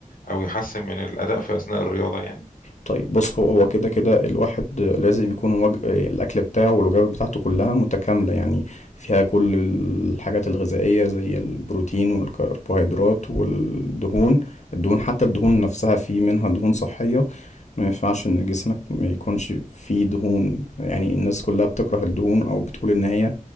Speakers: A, on the left (about 75°); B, on the left (about 55°).
A: او يحسن من الاداء في اثناء الرياضة يعني
B: طيب بص هو هو كده كده الواحد لازم يكون وج... الأكل بتاعه والوجبات بتاعته كلها متكاملة يعني فيها كل الحاجات الغذائية زي البروتين والكربوهيدرات والدهون الدهون حتى الدهون نفسها في منها دهون صحية ما ينفعش إن جسمك ما يكونش فيه دهون يعني الناس كلها بتكره الدهون أو بتقول إن هي